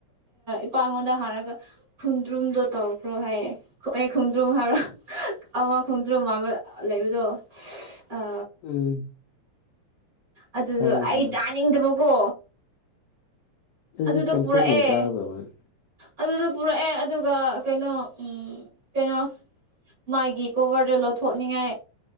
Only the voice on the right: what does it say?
ꯏꯄꯥꯉꯣꯟꯗ ꯍꯥꯏꯔꯒ ꯈꯨꯟꯗ꯭ꯔꯨꯝꯗꯣ ꯇꯧꯈ꯭ꯔꯣ ꯍꯥꯏꯌꯦ ꯍꯑ ꯈꯣꯡꯗ꯭ꯔꯨꯝ ꯍꯥꯏꯕ꯭ꯔꯥ ꯑꯃ ꯈꯣꯡꯗ꯭ꯔꯨꯝ ꯃꯟꯕꯗꯣ ꯂꯩꯕꯗꯣ ꯑ
ꯑꯗꯨꯗꯣ
ꯑꯩ
ꯆꯥꯅꯤꯡꯗꯕꯀꯣ
ꯑꯗꯨꯗ
ꯄꯨꯔꯛꯑꯦ
ꯑꯗꯨꯗ ꯄꯨꯔꯛꯑꯦ ꯑꯗꯨꯒ ꯀꯩꯅꯣ ꯎ ꯀꯩꯅꯣ ꯃꯥꯥꯏꯒꯤ ꯀꯣꯚꯔꯗ ꯂꯧꯊꯣꯛꯅꯤꯡꯉꯥꯏ